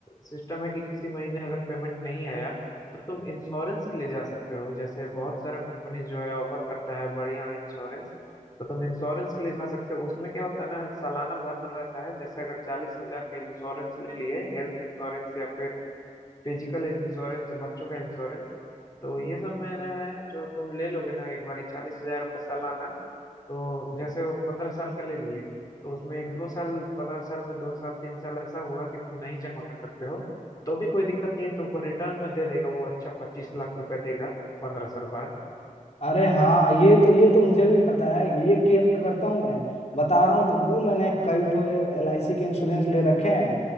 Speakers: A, on the left; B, on the left.
A: सिस्टम है कि किसी महीने अगर पेमेंट नहीं आया तो तुम इंश्योरेंस के लिए जा सकते हो जैसे बहुत सारा कंपनी जो है ऑफर करता है बढ़िया इंश्योरेंस तो तुम इंश्योरेंस के लिए जा सकते हो उसमें क्या होता है ना सालाना भरना रहता है जैसे अगर चालीस हजार का इंश्योरेंस ले लिए हेल्थ इंश्योरेंस या फिर फिजिकल इंश्योरेंस बच्चों का इंश्योरेंस तो ये सब मैंने है जो तुम ले लोगे ना एक बार चालीस हजार रुपये सालाना तो जैसे वो पंद्रह साल का ले लिए तो उसमें एक दो साल पंद्रह साल में दो साल तीन साल ऐसा हुआ कि तुम नहीं जमा कर सकते हो तो भी कोई दिक्कत नहीं है तुमको रिटर्न में दे देगा वो अच्छा पच्चीस लाख रुपए देगा पंद्रह साल बाद
B: अरे हाँ ये तो ये तो मुझे भी पता है ये किया करता हूँ मैं बता रहा हूँ तुमको मैंने कई ठो एल आई सी के इंश्योरेंस ले रखे हैं